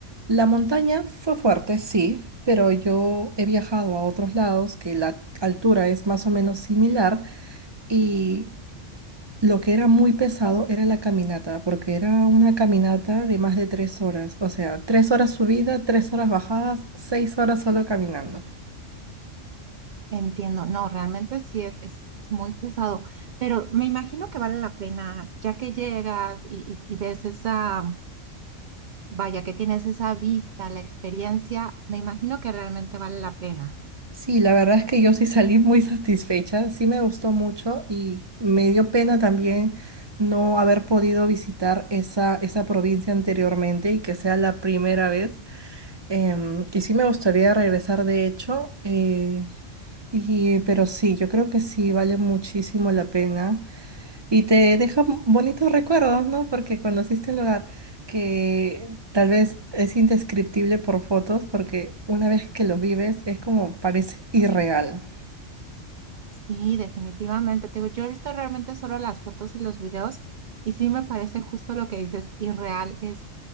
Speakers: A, on the right; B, on the right.
A: la montaña fue fuerte, sí, pero yo he viajado a otros lados que la altura es más o menos similar y lo que era muy pesado era la caminata, porque era una caminata de más de tres horas. O sea, tres horas subida, tres horas bajadas, seis horas solo caminando.
B: Entiendo, no, realmente sí es, es muy pesado, pero me imagino que vale la pena ya que llegas y, y y ves esa Vaya que tienes esa vista, la experiencia, me imagino que realmente vale la pena.
A: Sí, la verdad es que yo sí salí muy satisfecha, sí me gustó mucho y me dio pena también no haber podido visitar esa, esa provincia anteriormente y que sea la primera vez. Em, y sí me gustaría regresar de hecho, eh, y, pero sí, yo creo que sí vale muchísimo la pena. Y te deja m- bonitos recuerdos, ¿no? Porque conociste un lugar que tal vez es indescriptible por fotos, porque una vez que lo vives es como parece irreal.
B: Sí, definitivamente. Te digo, yo he visto realmente solo las fotos y los videos y sí me parece justo lo que dices, irreal. Es,